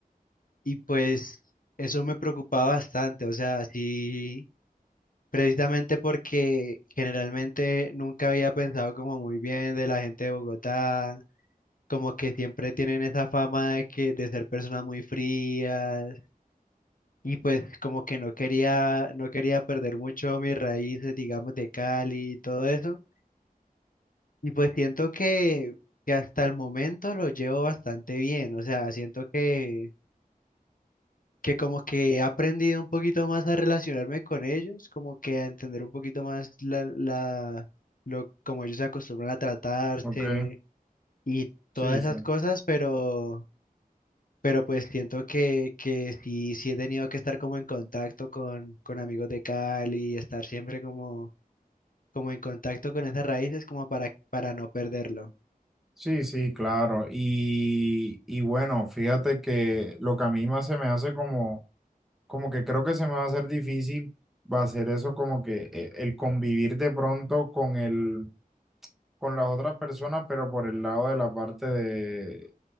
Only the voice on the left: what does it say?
y pues eso me preocupaba bastante, o sea, sí, precisamente porque generalmente nunca había pensado como muy bien de la gente de Bogotá, como que siempre tienen esa fama de que de ser personas muy frías Y pues como que no quería, no quería perder mucho mis raíces, digamos, de Cali y todo eso. Y pues siento que, que hasta el momento lo llevo bastante bien. O sea, siento que, que como que he aprendido un poquito más a relacionarme con ellos, como que a entender un poquito más la, la, lo, como ellos se acostumbran a tratarse
y todas
esas cosas, pero Pero pues siento que, que sí, sí he tenido que estar como en contacto con, con amigos de Cali, estar siempre como, como en contacto con esas raíces como para, para no perderlo.